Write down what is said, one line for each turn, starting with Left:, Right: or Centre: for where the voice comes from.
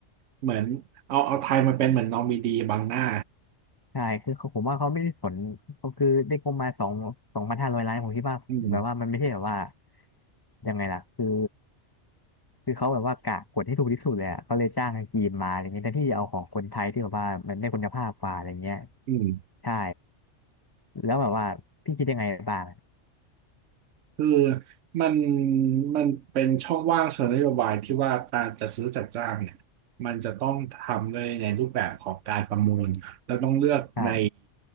Right: เหมือนเอาเอาไทยมาเป็นเหมือนนอมินีบังหน้า
Left: ใช่คือเขาผมว่าเขาไม่ได้สนเขาคือได้งบมาสองสองพันห้าร้อยล้านผมคิดว่าแบบว่ามันไม่ใช่แบบว่า
Right: อืม
Left: ยังไงล่ะคือ คือเขาแบบว่ากะกดให้ถูกที่สุดเลยอะเขาเลยจ้างทางจีนมาอะไรเงี้ยแทนที่จะเอาของคนไทยที่แบบว่ามันได้คุณภาพกว่าอะไรเงี้ย
Right: อืม
Left: ใช่แล้วแบบว่าพี่คิดยังไงบ้าง
Right: คือมันมันเป็นช่องว่างเชิงนโยบายที่ว่าการจัดซื้อจัดจ้างเนี่ยมันจะต้องทำด้วยในรูปแบบของการประมูลแล้วต้องเลือกใน
Left: ใช่